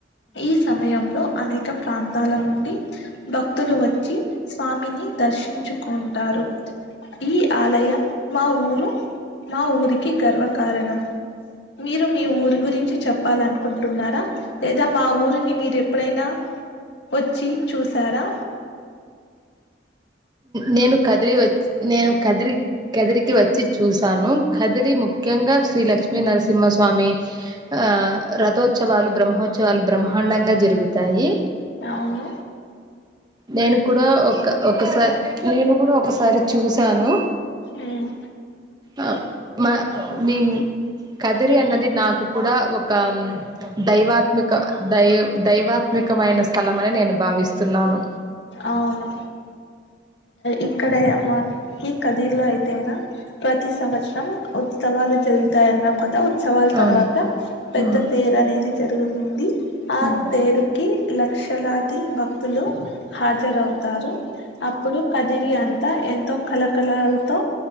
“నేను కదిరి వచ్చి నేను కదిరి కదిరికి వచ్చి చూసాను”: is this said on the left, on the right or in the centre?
Right